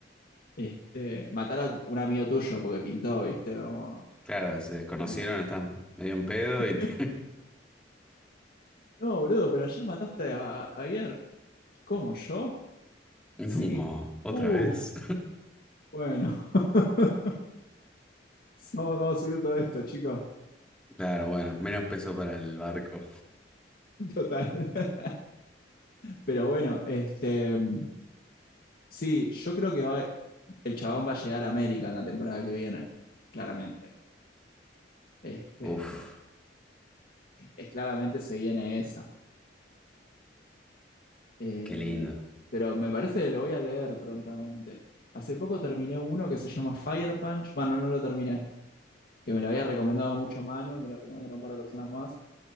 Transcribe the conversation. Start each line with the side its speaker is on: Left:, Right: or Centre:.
Left: Este, matar a un amigo tuyo porque pintó, ¿viste? Como,
Centre: Claro, se desconocieron,
Left: bueno.
Centre: están medio en pedo
Left: <laughs>
Centre: y te...
Left: No, boludo, pero ayer mataste a Javier. ¿Cómo, yo?
Centre: <laughs> No,
Left: Sí.
Centre: otra
Left: Uh,
Centre: vez.
Left: bueno. <laughs> Vamos, vamos a subir todo esto, chicos.
Centre: <laughs> Claro, bueno, menos peso para el barco.
Left: Total. <laughs> Pero bueno, este, mm, sí, yo creo que va, el chabón va a llegar a América en la temporada que viene, claramente. Este,
Centre: Uf,
Left: es, claramente se viene esa. Eh,
Centre: qué lindo.
Left: pero me parece que lo voy a leer prontamente. Hace poco terminé uno que se llama Fire Punch. Bueno, no lo terminé, que me lo había recomendado mucho Manu y me lo recomendaron un par de personas más,